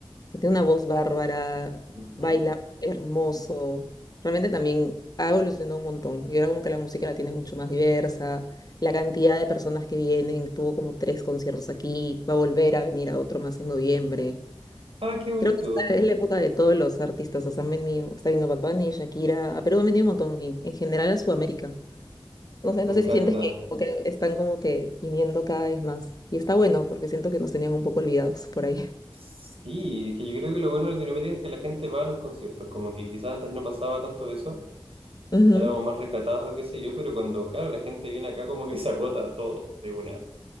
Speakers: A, on the left; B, on the right.
A: O sea, tiene una voz bárbara,
B: Ujú.
A: baila hermoso. Realmente también ha evolucionado un montón. Y ahora como que la música la tiene mucho más diversa. La cantidad de personas que vienen, tuvo como tres conciertos aquí, va a volver a venir a otro más en noviembre.
B: Ah, qué bonito.
A: Creo que esta es la época de todos los artistas. o sea, han venido, está viniendo Bad Bunny, Shakira, a Perú ha venido un montón, y en general a Sudamérica. No sé,
B: Me
A: no
B: encanta.
A: sé si sientes que como que están como que viniendo cada vez más. Y está bueno porque siento que nos tenían un poco olvidados por ahí.
B: Sí, es que yo creo que lo bueno de Latinoamérica es que la gente va a los conciertos, como que quizás antes no pasaba tanto eso,
A: <laughs> Ujú,
B: éramos más recatados o qué sé yo, pero cuando, claro, la gente viene acá como que se agota todo de una.